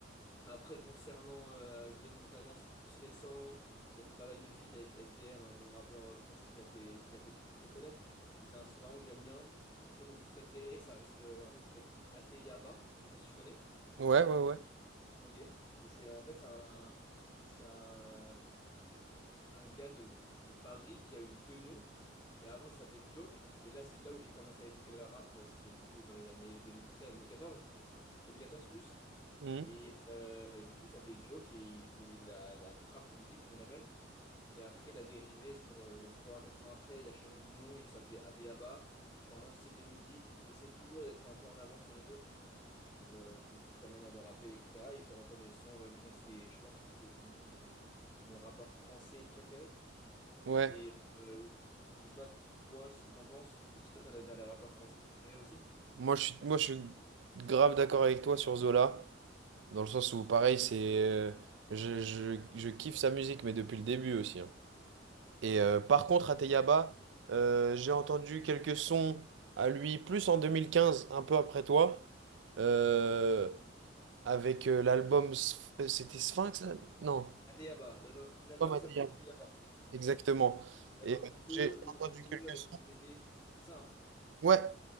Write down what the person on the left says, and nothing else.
Après, concernant euh, Green Montana, c'est plus récent. Il a fait pas mal de feats avec SDM, un gros rappeur euh, français qu'il a fait, qu'il a fait très connaître. Et c'est un style vraiment que j'aime bien. Et sinon, mon préféré, ça reste euh, un mec qui s'appelle Ateyaba. Je sais pas si tu connais.
Ok. Et c'est en fait, c'est un, c'est un, un gars de, de Paris qui a eu deux noms. Et avant, il s'appelait Joke. Et là, c'est là où j'ai commencé à écouter le rap. C'était du coup dans les années 2013-2014. 2014 plus.
Et euh, du coup, il s'appelait Joke et il faisait de la, la trap musique, comme on appelle. Et après, il a dérivé sur euh, genre 3, 4 ans après. Il a changé de nom, il s'appelait Ateyaba. Sur un autre style de musique, il essaie toujours d'être un peu en avant sur les autres, sur euh, donc, sa manière de rapper, etc. Et il sort encore des sons aujourd'hui, donc c'est, je pense que c'est lui mon, mon rappeur français préféré.
Et euh, je sais pas, toi, ce que t'en penses, ou si toi, t'as des t'as des rappeurs français préférés aussi.
Ateyaba, l'album l'album
s'appelait
Ateyaba.
L'album
bleu,
l'album
bleu
avec
le bébé, c'est ça, hein?